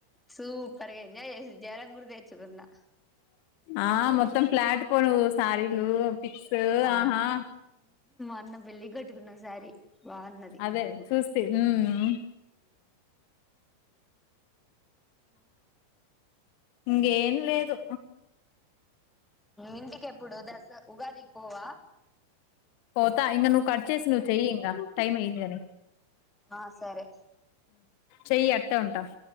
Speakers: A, in the centre; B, on the left.
A: సూపర్గా ఎంజాయ్ జేసి జ్వరం గూడా దేచ్చుకున్నా.
B: ఆహ్ మొత్తం ఫ్లాట్ పోను శారీలు ఫిక్సూలు
A: ఆ
B: ఆహా.
A: అన్న పెళ్లికిగట్టుకున్న సారి. బాగుంన్నది.
B: అదే చూస్తి ఉమ్ ఇంకేం లేదు.
A: ఇంటికేప్పుడు దసర ఉగాదికి పోవా.
B: పోతా ఇంకా నువ్వు కట్ చేసి నువ్వు చెయ్యింగా టైం అయ్యింది కాని.
A: ఆహ్ సరే.
B: చెయ్యి అట్టే ఉంటా